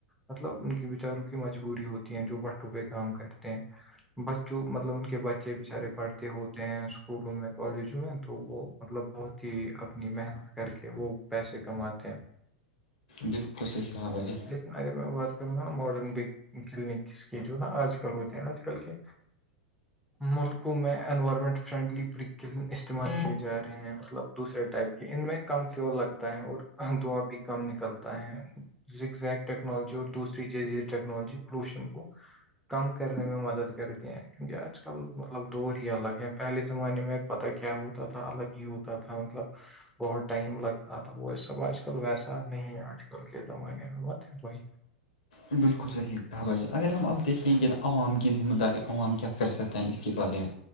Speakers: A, in the centre; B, on the left.
A: مطلب ان کے بیچاروں کی مجبوری ہوتی ہیں جو بڑ ٹو پہ کام کرتے ہیں بچوں مطلب ان کے بچے بچارے پڑھتے ہوتے ہیں اسکولوں میں کالجوں میں تو وہ مطلب بہت کہ اپنی محنت کر کے وہ پیسے کماتے ہیں
B: بالکل صحیح کہا بھ جی
A: لن اگر میں بات کروں گا نا ماڈرن کلینکس کے جو نا آج کل ہوتے ہیں آج کل کے ملکوں میں انوائرمنٹ فرینڈلی بیکل استعمال کی جا رہے ہیں مطلب دوسرے ٹائپ کی ان میں کم سے وہ لگتا ہے اور دواں بھی نکلتا ہے زگزیک ٹیکنالوجی اور دوسری ج ٹیکنالوجی پولوشن کو کم کرنے میں مدد کرتے ہیں کیونکہ آج کل مطلب دور ہی الگ ہیں پہلے زمانے میں پتا کیا ہوتا تھا الگ ہی ہوتا تھا مطلب بہت ٹائم لگتا تھا وہ یہ سب آج کل ویسا نہیں ہے آج کل کے زمانے بت ہے بھائی
B: بالکل صحیح کہا بائی اگر ہم اب دیکھیں گے عوام کی ذمہ داری عوام کیا کر سکتے ہیں اس کے بارے میں